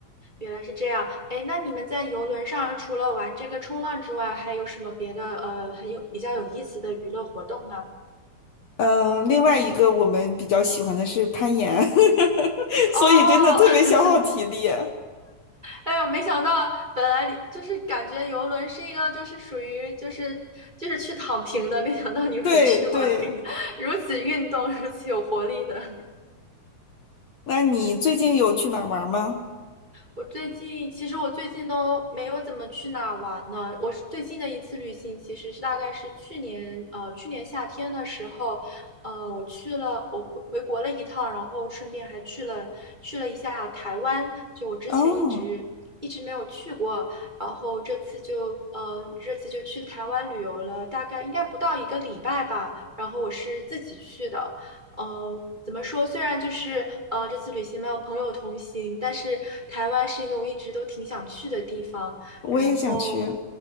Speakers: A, on the right (about 15°); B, on the left (about 55°).
A: 原来是这样。哎，那你们在游轮上除了玩这个冲浪之外，还有什么别的呃很有比较有意思的娱乐活动呢？
B: 嗯，另外一个我们比较喜欢的是攀岩，<laughs>
A: 哦，
B: 所以真的特别消耗体力。
A: <laughs> 哎呦，没想到，本来你就是感觉游轮是一个就是属于就是就是去躺平的，没想到你们去玩了一个如此运动、
B: 对对，
A: 如此有活力的。
B: 那你最近有去哪儿玩儿吗？
A: 我最近其实我最近都没有怎么去哪儿玩呢。我是最近的一次旅行，其实是大概是去年呃去年夏天的时候，呃我去了我回回国了一趟，然后顺便还去了去了一下台湾，就我之前一直一直没有去过，
B: 哦，
A: 然后这次就呃这次就去台湾旅游了，大概应该不到一个礼拜吧。然后我是自己去的，呃，怎么说？虽然就是呃，这次旅行没有朋友同行，但是台湾是一个我一直都挺想去的地方。
B: 我也想去。
A: 然后，